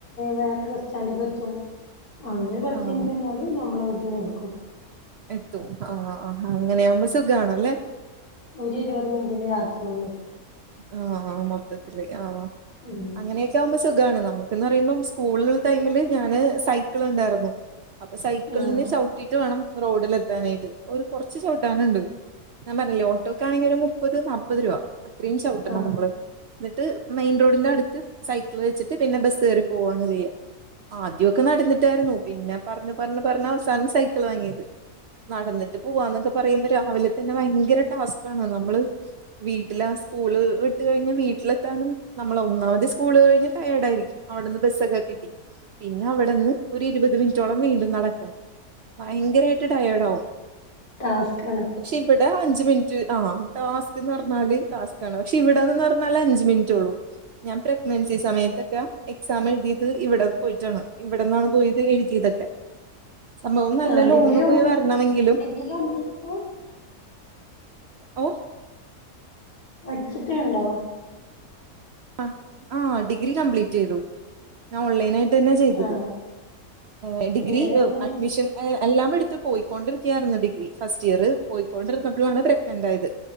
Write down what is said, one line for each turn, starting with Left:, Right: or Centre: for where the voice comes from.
Left: വേറൊരു ബസ് സ്റ്റാന്റ്ക്കേത്തും. അവ്ട്ന്നോരു പത്ത്
Right: ആഹ്
Left: മിൻറ്റ് നിന്നാല് ഞമ്മളെ വീട്ടിന്റെ അവ്ട്ക്കും.
Right: എത്തൂ ആഹ അങ്ങനെയാവുമ്പോ സുഖാണല്ലേ.
Left: ഒര് ഇരുപത് മിനിറ്റിന്റെ യാത്രഒള്ളൂ.
Right: ആഹ് മൊത്തത്തില് ആഹ്
Left: ഉം
Right: അങ്ങനെയെച്. ക്കവുമ്പോ സുഖാണ് നമുക്ക്ന്ന്റിയുമ്പോം സ്കൂള് ടൈമില് ഞാന് സൈക്ക്ൾണ്ടാർന്നു. അപ്പൊ സൈക്കിളിന്
Left: ആഹ്
Right: ചൗട്ടീട്ട് വേണം റോഡിൽ എത്താനായിട്ട് ഒരു കൊർച്ച് ചൗട്ടാന്ണ്ട്. ഞാൻ പറഞ്ഞില്ലേ ഓട്ടോക്കാണെങ്കി ഒരു മുപ്പത് നാപ്പത് രൂവ അത്രയും ചൗട്ടണംമ്ള്.
Left: ആഹ്
Right: എന്ന്ട്ട് മെയിൻറോഡിന്റെ അട്ത്ത് സൈക്കിൾ വെച്ചിട്ട് പിന്നെ ബസ്സെറി പോവാണ്ചെയ്യാ. ആദ്യയൊക്കെ നടന്നിട്ടായിര്ന്നു പിന്നെ പർഞ്ഞ് പർഞ്ഞ് പറഞ്ഞവ്സാനം സൈക്കിൾ വാങ്ങിയത്. നടന്ന്ട്ട് പൂവാന്നൊക്കെ പറയുമ്പോ രാവിലെ തന്നെ ഭയങ്കര ടാസ്ക്കാണ് നമ്മള് വീട്ട് ട്ടില്ലസ്കൂള് വിട്ട് കഴിഞ്ഞ് വീട്ടിലെത്താനും ന്നമ്മളൊന്നാമത് സ്കൂള് കഴ്ഞ്ഞ് ടയേഡായിരിക്കും. അവ്ടന്ന് ബെസ്സൊക്കെ കിട്ടി പിന്നെ അവിടെന്ന് ഒര് ഇരുപത് മിനിറ്റോളം വീണ്ടും നടക്കാൻ. ഭയങ്കരായിട്ട് ടയേഡാവും.
Left: ടാസ്ക്കാണ്
Right: ഷിവ്ടെ അഞ്ച് മിൻറ്റ് ആഹ് ടാസ്ക്ന്ന് പർഞ്ഞാൽ. ടാസ്ക്കാണ് പക്ഷെ ഇവടന്നെന്ന് പറഞ്ഞാല് അഞ്ച് മിൻറ്റൊള്ളൂ. ഞാൻ പ്രഗ്നൻസി സമയത്തൊക്കെ എക്സാം എഴ്തിയത്ഇവടെ പോയിട്ടാണ്. ഇവടന്നാണ് പോയത് എഴുതിയതൊക്കെ. സംഭവം നല്ല
Left: ആഹ്
Right: ലോങ്ങ്
Left: ഡിഗ്രി കം
Right: പോയി വര്ണമെങ്കിലും
Left: ഡിഗ്രി കംപ്ലീറ്റ്
Right: ഓ.
Left: പഠ്ച്ച്ട്ട്ണ്ടോ?
Right: അ ആഹ് ഡിഗ്രി കംപ്ലീറ്റെയ്തു. ഞാൻ ഓൺലൈനായിട്ടെന്നെ ചെയ്തത്
Left: ആഹ്
Right: ഏ ഡിഗ്രി
Left: ഏതായിരുന്നു
Right: അഡ്മിഷൻ
Left: ഡിഗ്രി
Right: ഏ എല്ലാംമെട്ത്ത് പോയിക്കൊണ്ടിരിക്യാര്ന്നു ഡിഗ്രി ഫസ്റ്റ് ഇയർ പോയിക്കൊണ്ടിരുന്നപ്പോഴാണ് പ്രഗ്നന്റായത്.